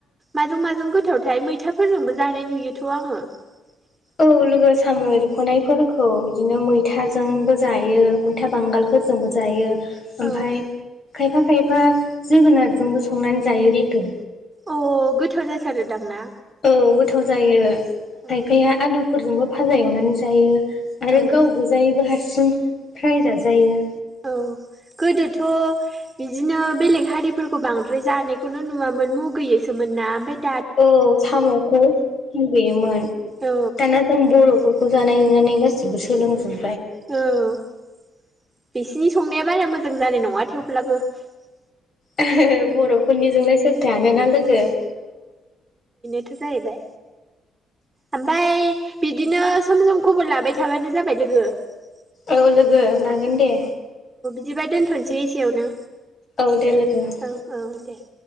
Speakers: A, on the right; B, on the left.
A: माजों माजों गोथावथाय मैथाफोरजोंबो जानाय नुयोथ' आङो । <unintelligible>
B: औ लोगो साम' एरख'नायफोरखौ बिदिनो मैथाजोंबो जायो मैथा बांगालफोरजोंबो जायो । ओमफाय
A: औ
B: खायफा खायफा जोगोनारजोंबो संनानै जायो लोगो।
A: अ गोथाव जासारोदां ना?
B: औ गोथाव जायो
A: औ
B: खायफाया आलुफोरजोंबो फाजा एवनानै जायो । आरो
A: औ
B: गाव गोजायैबो हारसिं फ्राय जाजायो ।
A: औ गोदोथ' बिदिनो बेलेग हारिफोरखौ बांद्राय जानायखौनो नुवा मोन मुगैयोसोमोन ना ओमफाय
B: औ साम'खौ मुगैयोमोन
A: औ
B: दाना जों बर'फोरखौ जानाय नानै गासिबबो सोलोंजोब
A: औ । बिसिनि संनाया बारा मोजां जानाय नङा थेवब्लाबो ।
B: <unintelligible> बर'फोरनिजोंलाय सोरथो हानोना लोगो ।
A: थ' जाहैबाय। ओमफाय बिदिनो सम सम खबर लाबाय थाबानो जाबाय लोगो ।
B: औ लोगो लागोन दे ।
A: दिबा दोनथ'नोसै एसेयावनो।
B: औ दे लोगो ।
A: औ औ दे ।